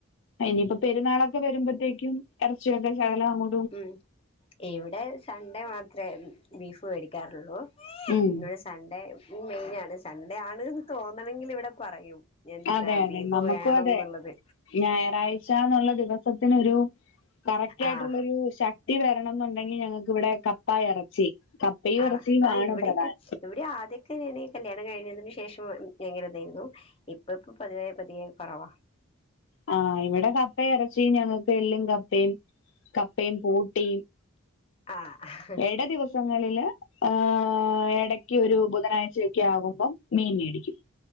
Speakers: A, on the left (about 60°); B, on the left (about 25°).
A: ഇനിയിപ്പ പെരുന്നാളൊക്കെ വരുമ്പത്തേക്കും ഇറച്ചിയൊക്കെ ശകലംഅങ്ങോ
B: ഉം ഇവിടെ സൺഡേ മാത്രമേ ബീഫ് വേടിക്കാറുള്ളൂ
A: ഉം
B: ഇവിടെ സൺഡേ മെയിൻ ആണ് സൺഡേ ആണ്ന്ന് തോന്നണെങ്കിൽ ഇവിടെ പറയും എന്താ
A: അതെ അതെ
B: ബീഫ്
A: നമുക്കും
B: വേണം
A: അതെ
B: എന്നുള്ളത്
A: ഞായറാഴ് ച്ച എന്നുള്ള ദിവസത്തിനൊരു കറക്റ്റ് ആയിട്ടുള്ള
B: ആഹ്
A: ഒരു ശ ക്തി വരണം എന്നുണ്ടെങ്കിൽ ഞങ്ങൾക്ക്‌വിടെ കപ്പ ഇറച്ചി കപ്പയും
B: ആണാ
A: ഇറച്ചിയും
B: ആഹ്
A: ആണ്
B: ഇവിടെ
A: പ്രധാനം
B: ഇവിടെ ആദ്യക്കെ ഞാന് കല്യാണം കഴിഞ്ഞതിനന് ശേഷം ഭയങ്കര ഇതേര്ന്നു ഇപ്പ ഇപ്പൊ പതിയേ പതിയേ കുറവാ
A: ആഹ് ഇവിടെ കപ്പയും ഇറച്ചിയും, ഞങ്ങൾക്ക് എല്ലും കപ്പയും, കപ്പയും പൂട്ടിയും
B: ആഹ് ആഹ്
A: എട ദിവസങ്ങളില് ആഹ് എടക്ക് ഒരു ബുധനാഴ്ച ക്കെ ആകുമ്പം മീൻ മേടിക്കും